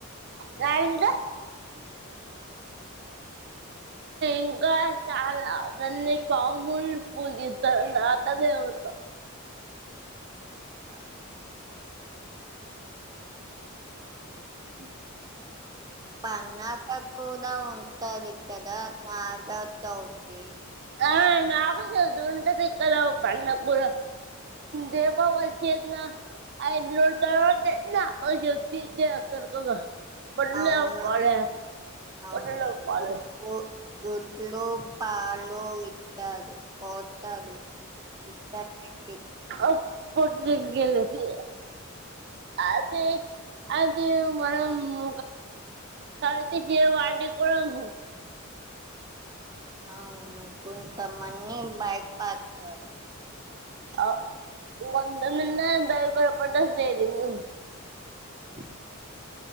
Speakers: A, on the right (about 50°); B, on the right (about 20°).
A: నారింద ఇంకా చాలా అన్ని ప <unintelligible> మామూలు పూజిస్త నాగదేవత
B: అవును అ
A: ఉమ్
B: పన్నా పాకుల్ ఉంటాది కద నాగ చౌతి
A: ఏ నాగుల చవితి ఉంటది ఇక్కడ
B: ఉమ్,
A: దీపావళి <unintelligible> చేసిన ఐదు రోజుల తర్వాత చేసిన <unintelligible> కొన్నే
B: అవును
A: పాలే
B: అవును
A: పోసినవ పాలె
B: గుడ్లు గుడ్లు, పాలు, ఇత్తాదు పాలు <unintelligible>
A: ఓహ్ పట్ ద గేలిసి అదే అది మనము కాతే వాడి కో <unintelligible>
B: అవును కొంతమంది భయపడతరు
A: ఆ వంత నిన్న ఎంత భయపడకుండా చేసిండ్రు
B: ఉమ్